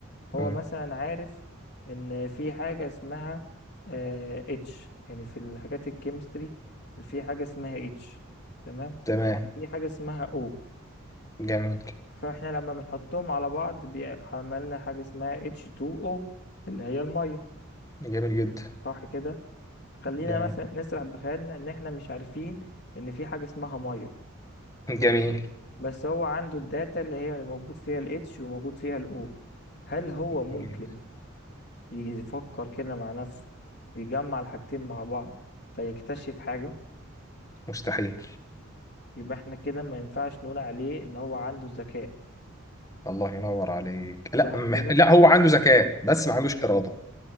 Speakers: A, on the left (about 55°); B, on the left (about 15°).
A: هو
B: مم.
A: مثلا عارف ان في حاجة اسمها اتش يعني في الحاجات الكيمستري في حاجة اسمها اتش تمام
B: تمام
A: وفي حاجة اسمها او
B: جميل
A: فاحنا لما بنحطهم على بعض بيعملنا حاجة اسمها اتش 2 او اللي هي المية
B: جميل جدا
A: صح كده خلينا
B: جميل
A: مثلا نسرح بخيالنا ان احنا مش عارفين ان في حاجة اسمها مية تمام
B: جميل
A: بس هو عنده الداتا اللي هي اللي موجود فيها الاتش وموجود فيها الاو هل هو ممكن
B: جميل.
A: يجي يفكر كده مع نفسه ويجمع الحاجتين مع بعض فيكتشف حاجة
B: مستحيل
A: يبقى احنا كده ما ينفعش نقول عليه ان هو عنده ذكاء
B: الله ينور عليك
A: صح
B: لا مح...
A: كده
B: لا هو عنده ذكاء بس ما عندوش إرادة